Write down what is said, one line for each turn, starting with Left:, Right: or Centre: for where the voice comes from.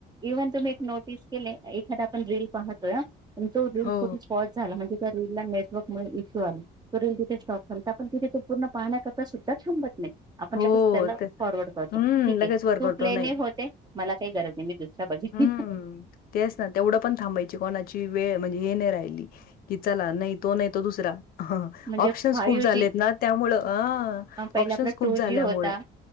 Right: इव्हन तुम्ही एक नोटीस केलय एखादा आपण रील पाहतोय हां, तो रील
Left: हो
Right: कुठे स्पॉट झालं म्हणजे त्या रील ला नेटवर्क मधे इश्यू आले. तो रिल तिथे स्टॉप करता पण तिथे तो पूर्ण पाहण्याकरिता सुद्धा थांबत नाही आपण
Left: हो
Right: लगेच त्याला
Left: ते
Right: फॉरवर्ड करतो
Left: हम्म
Right: ठीके
Left: लगेच वर करतो
Right: तु प्लेन
Left: नाही
Right: ए होते मला काही गरज नाही मी दुसरा बघीन
Left: हम्म तेच ना तेवढं पण थांबायची कोणाची वेळ म्हणजे हे नाही राहिली. कि चला नाही तो नाही तर दुसरा हा
Right: म्हणजे
Left: ऑप्शन्स
Right: फायू
Left: खूप झालेत
Right: जी
Left: ना त्यामुळ अह
Right: पहिला
Left: ऑप्शन्स
Right: आपला
Left: खूप
Right: टू जी
Left: झाल्यामुळं
Right: होता,